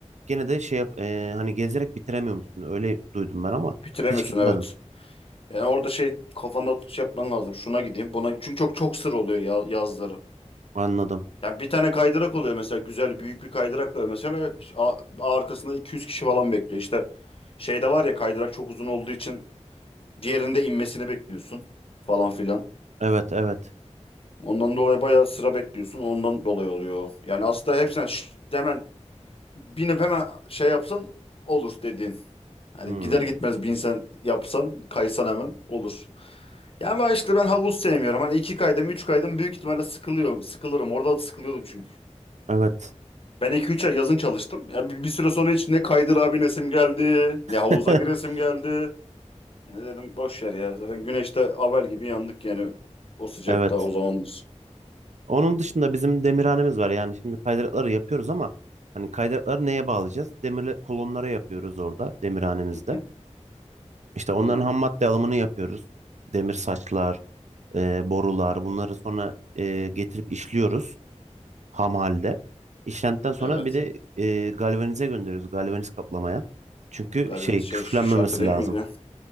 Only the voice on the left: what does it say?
Bitiremiyorsun
evet. Yani orada şey kafanda şey yapman lazım. Şuna gideyim, buna gideyim. Çünkü çok çok sır oluyor ya, yazları.
Yani bir tane kaydırak oluyor mesela güzel büyük bir kaydırak var mesela a- arkasında 200 kişi falan bekliyor. İşte şeyde var ya kaydırak çok uzun olduğu için diğerinde inmesini bekliyorsun falan filan.
Ondan dolayı bayağı sıra bekliyorsun. Ondan dolayı oluyor. Yani aslında hepsine şşt, hemen binip hemen şey yapsan olur dediğin. Hani
gider gitmez bir insan yapsan kaysan hemen olur. Ya ama işte ben havuz sevmiyorum. Hani iki kaydım, üç kaydım büyük ihtimalle sıkılıyorum. Sıkılırım. Orada da sıkılıyordum çünkü.
Ben iki üç ay yazın çalıştım. Ya bir, bir süre sonra hiç ne kaydır abi nesim geldi, ne havuza
giresim geldi. Yani dedim boş ver ya. Zaten güneşte avel gibi yandık yani o sıcakta
o zamanlar.
Hı hı.
İyi.
Evet.
Galibiniz
şey
şarkı değil
miydi ya?